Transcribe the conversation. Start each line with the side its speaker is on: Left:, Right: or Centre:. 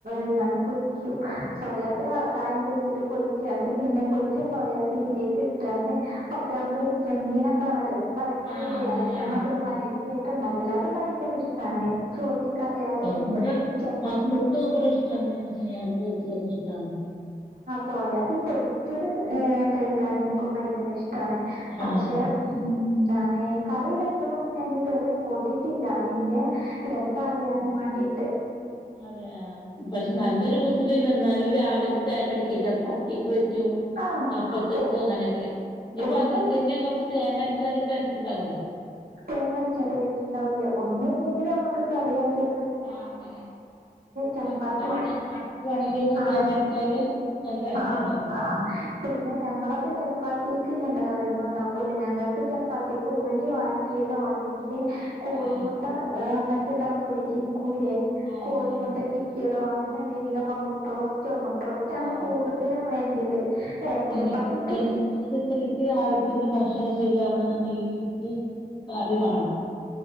Right: എന്താണ് പൊരിക്കും സോയാബീൻ കായം തേച്ചിട്ട് പൊരിച്ചാണ്ട് പിന്നെ പൊരിച്ച സോയാബ്തിലേക്ക് ഇട്ടാണ്ട് ഒക്കെ നമ്മള് ഈ ചെമ്മീന ക്കെവരട്ടൂലെ
Left: ആഹ് അങ്ങനെ
Right: അമ്മാതിരി
Left: ആഹ്
Right: വരട്ടിയായിട്ട് ഇണ്ടാക്കലാ അത് ഭയങ്കരഇഷ്ടാ ട്ടാണെ ചോറ്റിക്കായാലും
Left: ഇബടെ
Right: ച
Left: മക്കക്ക്
Right: ഉം
Left: ഇഷ്ടന്ന സെയാബി പൊരിച്ചതൊക്കെ ഇഷ്ടാണ്
Right: സോയാബീ പൊരിച്ചത് ഏഹ് കഴിക്കാനെനിക്കും ഭയങ്കര ഇഷ്ടാണ് പക്ഷെ
Left: ആഹ്
Right: ഉം എന്താണ് കറിവെച്ചതൊന്നു ഞാനിതുവരെ കൂട്ടിയിട്ടില്ല അതിന്റെ രസറിയാനും വാണ്ടീട്ട്
Left: അതെയാ പക്ഷെ നല്ല ലൂസിലല്ല എന്നാലും രാവിൽത്തെ ചായക്കടിക്കെ ചപ്പാത്തിക്ക് പറ്റും
Right: ആഹ്
Left: അപ്പത്തേക്ക്
Right: ഒ
Left: അങ്ങനൊക്കെ ഇനിയിപ്പോ
Right: ഒന്നും
Left: അതിലക്കന്നെ കൊറച്ച് തേങ്ങ അരച്ചാലും ടേസ്റ്റ് ഇണ്ടാവേ
Right: തേങ്ങരച്ച ടേസ്റ്റ് ഇണ്ടാവൂലേ ഒന്നില്ലെങ്കിൽ നമ്മക്ക് കറിയക്കി
Left: ആഹ് അങ്ങനെ കൂട്ടാപിന്നെ
Right: ചപ്പാത്തി
Left: വേണങ്കി കട്ടി വേണെങ്കില് ഒന്ന്
Right: ആഹ്
Left: തേങ്ങരച്ചാലും നല്ല ടേസ്റ്റുണ്ടാവും
Right: ആഹ് ആഹ് പിന്നെ ഞങ്ങളൊക്കെ ചപ്പാത്തിക്ക് ഇങ്ങൻത്തെ കറിയൊന്നും ഉണ്ടാക്കുല ഞങ്ങക്ക് ചപ്പാത്തിക്ക് ഉള്ളി വയ ട്ടിയതോ അല്ലെങ്കില് കോയിമുട്ട
Left: ആഹ്
Right: മറ്റേതാക്കുലേ ചിക്കൂലേ
Left: ആഹ്
Right: കോഴിമുട്ട
Left: അങ്ങനെയാണോ
Right: ചി ക്കിയതോ അങ്ങനെ എന്തെങ്കിലൊക്കെ മുട്ടറോസ്റ്റോ മുട്ട്റോസ്‌റ്റാണ്
Left: ആഹ്
Right: കൂടുതലും വേണ്ടിയത് ഏഹ് ചപ്പാത്തിക്ക്
Left: എനി എനിക്ക് ശെരിക്ക് രാവിൽത്തെഭക്ഷണം ശരിയാവണന്നുണ്ടെങ്കില് എനിക്ക് കറിവാണം